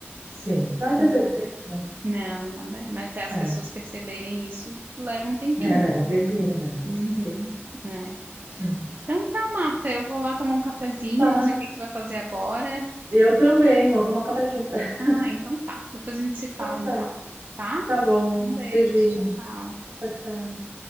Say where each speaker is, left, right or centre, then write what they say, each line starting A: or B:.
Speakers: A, on the right (about 80°); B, on the right (about 45°).
A: Sim. Nada
B: Né?
A: é perfeito, né?
B: Não, nada. é. Mas até as
A: É.
B: pessoas perceberem isso leva um tempinho,
A: É, leva
B: né?
A: um tempinho, né?
B: Uhum.
A: Com certeza.
B: É.
A: É.
B: Então tá, Marta, eu vou lá tomar um cafezinho,
A: Tá.
B: não sei o que que tu vai fazer agora.
A: Eu também. Vamos tomar um café junto. <laughs>
B: Ah, então tá. Depois a gente se fala
A: Então tá.
B: então, tá?
A: Tá bom.
B: Um beijo,
A: Beijinho.
B: tchau, tchau.
A: Tchau, tchau.